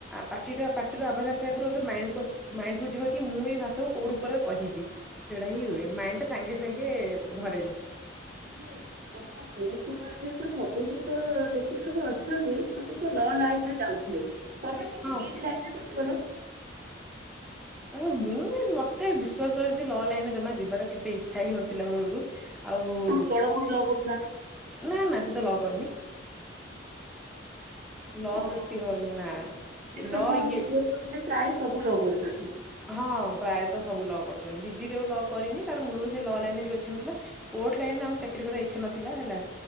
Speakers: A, in the centre; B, on the right.
A: ପାଟି ଟା ପାଟିର ଆଭସ ଆସିବା ଆଗରୁ ଆଗେ ମାଇଣ୍ଡ କୁ ମାଇଣ୍ଡ କୁ ଯିବ କି ମୁଁ ଏଇ ଭାଷାକୁ କୋଉ ରୂପରେ କହିବି? ସେଇଟା ହିଁ
B: ହଁ
A: ହୁଏ ମାଇଣ୍ଡ ଟା ସାଙ୍ଗେସାଙ୍ଗେ ଭରେନି।
B: ଯେ ତମରେ ତ ସବୁଠିକ ଯେତିକି ସବୁ ଅ ଅଛନ୍ତି ସବୁ ତ ଲ ଲାଇନରେ ଯାଉଥିଲେ ତମେ କେମତି
A: ହଁ।
B: ବିଡି ଲାଇନରେ ପସିଗଲ।
A: ଆଉ ମୁଁ ମତେ ବିଶ୍ଵାସ କର ଏମିତି ଲ ଲାଇନରେ ଜମା ଯିବାର କେବେ ଇଚ୍ଛା ହିଁ ନଥିଲା ମୂଳରୁ। ଆଉ
B: ତମ ବଡ ଭଉଣୀ ଲ କରୁଥିଲା ନା
A: ନା ନା ସେ ତ ଲ କରିନି। ଲ
B: ଓହୋ
A: ତ ସିଏକରିନି ନା
B: କିନ୍ତୁ ତମ
A: ଲ ଇଏ
B: ପ୍ରାୟ ସବୁ ଲ କରୁଛନ୍ତି।
A: ହଁ ପ୍ରାୟତଃ ସବୁ ଲ କରୁଛନ୍ତି ଦିଦି କେବେ ଲ କରିନି ତାର ମୂଳରୁ ସେ ଲ ଲାଇନରେ ଯିବା ଇଛା ନଥିଲା। କୋର୍ଟ ଲାଇନରେ ତାଙ୍କୁ ଚାକିରି କରିବାର ଇଛା ନଥିଲା ହେଲା